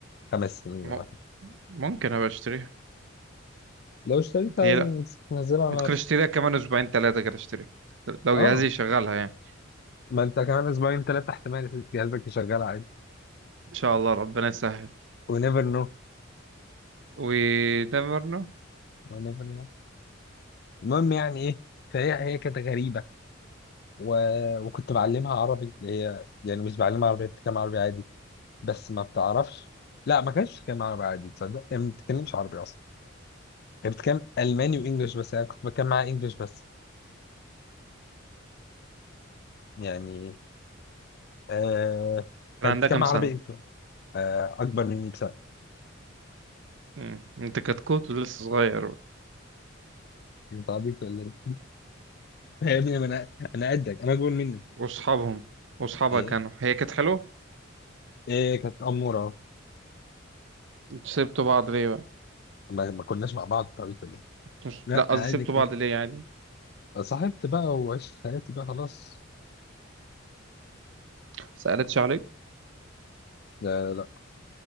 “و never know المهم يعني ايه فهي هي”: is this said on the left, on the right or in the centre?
Left